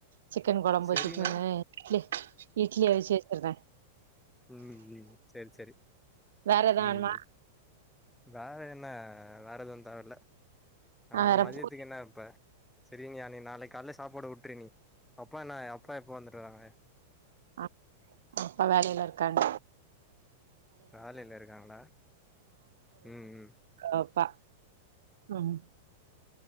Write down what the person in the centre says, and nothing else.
சரின்னா
ம் ம் செரி செரி
ம்
வேற என்ன வேற எதுவு தேவயில்ல ஆ
மதியத்துக்கு
என்னா வெப்ப செரி நீயா நீ நாளைக் கால்ல சாப்பாடு உட்று நீ அப்பா நா அப்பா எப்ப வந்துருக்காங்க
வேலைல இருக்காங்களா ம் ம்